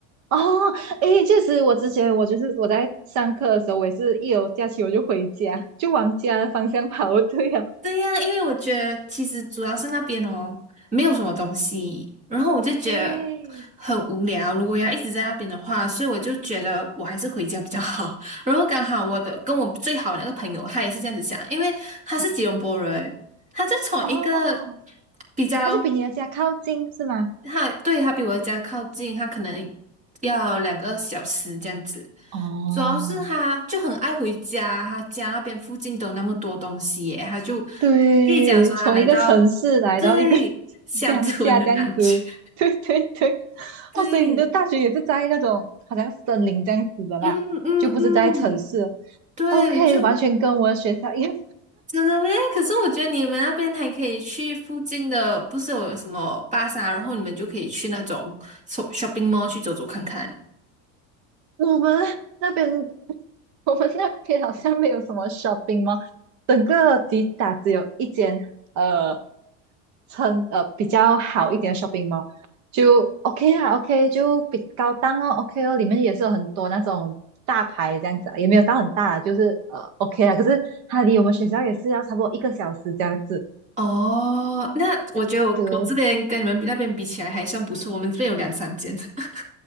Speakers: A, on the right (about 45°); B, on the right (about 20°).
A: 哦，哎，确实，我之前我就是我在上课的时候，我也是一有假期我就回家，就往家的方向跑，<laughs> 对呀、
B: 对呀，因为我觉得其实主要是那边哦，没有什么东西，然后我就觉得
A: 对，
B: 很无聊。如果要一直在那边的话，所以我就觉得我还是回家比较好。<laughs> 然后刚好我的跟我最好的那个朋友，他也是这样子想，因为他是吉隆坡人，他就从一个
A: 哦，
B: 比较
A: 他就比你的家靠近是吗？
B: 他对他比我的家靠近，他可能要两个小时这样子。
A: 哦，
B: 主要是他就很爱回家，他家那边附近都那么多东西耶，他就可
A: 对，
B: 以讲说他来到对乡村的感觉。
A: 从一个城市来到一个 <laughs> 乡下这样子，
B: <laughs>
A: 对对对，
B: 对，
A: 哦，所以你的大学也是在那种好像森林这样子的啦，
B: 嗯嗯嗯，
A: 就不是在城市。
B: 对，
A: OK，
B: 就
A: 完全跟我的学校一样，
B: 真的嘞。可是我觉得你们那边还可以去附近的，不是有什么巴萨，然后你们就可以去那种 s shopping mall 去走走看看。
A: 我们那边，<laughs> 我们那边好像没有什么 shopping mall，整个吉打只有一间，呃，称呃比较好一点的 shopping mall，就 OK 啊，OK 就比高档哦，OK 哦，里面也是有很多那种大牌这样子啊，也没有到很大啊，就是呃 OK 啊，可是它离我们学校也是要差不多一个小时这样子。
B: 哦，那我觉得我我这边跟你们比那边比起来还算不错，
A: 对，
B: 我们这边有两三间。<laughs> 可